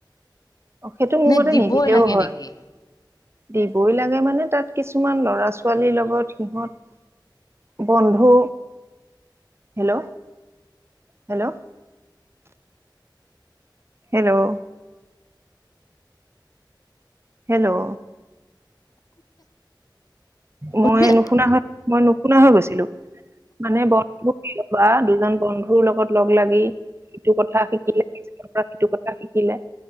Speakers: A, on the right; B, on the left.
A: অ, সেইটো মোৰ
B: নে
A: মতে
B: দীবৈ
A: নিদিলেও
B: লাগে
A: হয়
B: নেকি?
A: দিবই লাগে মানে তাত কিছুমান ল'ৰা ছোৱালীৰ লগত সিহত- বন্ধু হেলৌ! হেলৌ! হেলৌ! হেল্লৌ!
B: শুনিছা
A: মই নো শুনা হয় মই নুশুনা হৈ গৈছিলো। মানে বন্ধুপাতি লবা কবা দুজন বন্ধুৰ লগত লগ লাগি- সিটো কথা শিকিলে সিটো কথা শিকিলে।